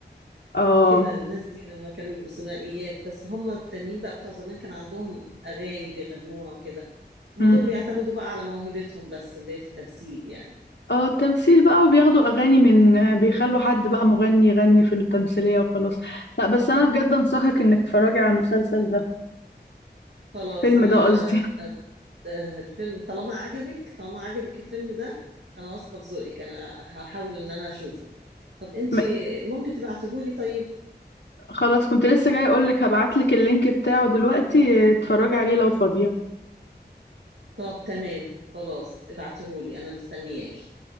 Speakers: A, on the left; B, on the right.
A: اه
B: وكده الناس دي لما كانوا يبقوا ثنائيات بس هم التانيين بقى بتوع زمان كان عندهم أغاني بيغنوها وكده هم
A: مم.
B: دول بيعتمدوا بقى على موهبتهم بس اللي هي في التمثيل يعني
A: اه التمثيل بقى وبياخدوا اغاني من بيخلوا حد بقى مغني يغني في التمثيلية وخلاص لا بس انا بجد انصحك انك تتفرجي على المسلسل ده
B: خلاص
A: الفيلم
B: أنا
A: ده قصدي
B: آه، آه، الفيلم طالما عجبك طالما عجبك الفيلم ده أنا واثقة في ذوقك أنا هحاول إن أنا أشوفه طب
A: <laughs>
B: انت
A: م-
B: ممكن تبعتهولي طيب
A: خلاص كنت لسه جاي اقولك هبعتلك اللينك بتاعه دلوقتي اه، اتفرجي عليه لو فاضية
B: طب تمام خلاص ابعتهولي انا مستنياكي